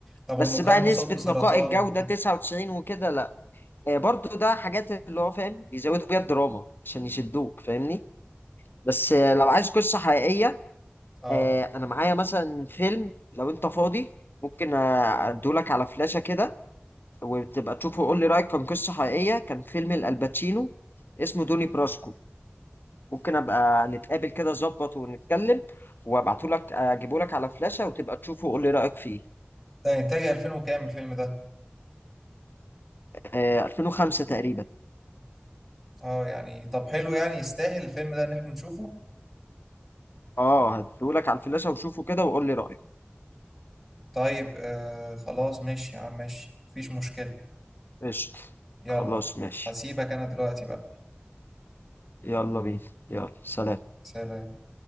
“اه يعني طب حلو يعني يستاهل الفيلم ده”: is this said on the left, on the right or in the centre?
Centre